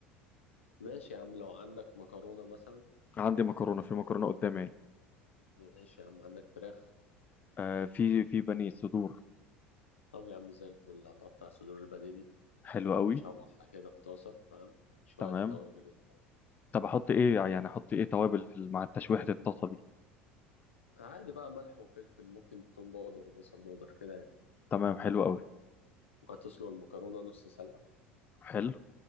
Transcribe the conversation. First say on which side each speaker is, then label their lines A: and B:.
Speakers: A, on the left (about 80°); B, on the left (about 25°).
A: ماشي يا عم لو عندك مكرونة مثلا
B: عندي مكرونه في مكرونه قدامي اهي.
A: ماشي يا عم عندك فراخ
B: آه في في بانيه صدور
A: طب يا عم زي الفل هتقطع صدور البانيه دي
B: حلو قوي
A: وتشوحها كده في طاسة فاهم شوية
B: تمام
A: توابل وبتاع
B: طب احط ايه يعني احط ايه توابل في- مع التشويحه الطاسه دي
A: عادي بقى ملح وفلفل ممكن توم باودر وبصل باودر كده يعني
B: تمام حلو قوي
A: وهتسلق المكرونة نص سلقة
B: حلو